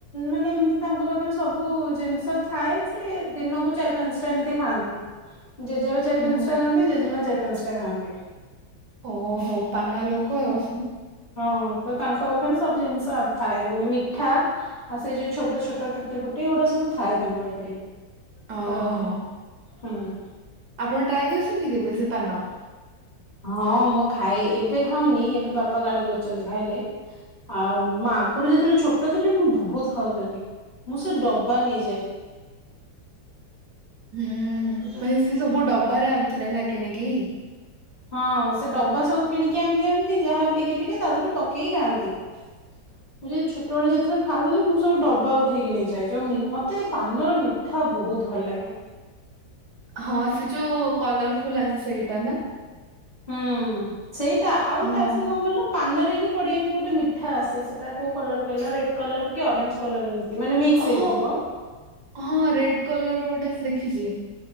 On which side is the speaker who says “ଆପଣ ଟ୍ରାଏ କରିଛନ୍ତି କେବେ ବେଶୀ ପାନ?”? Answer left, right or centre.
Right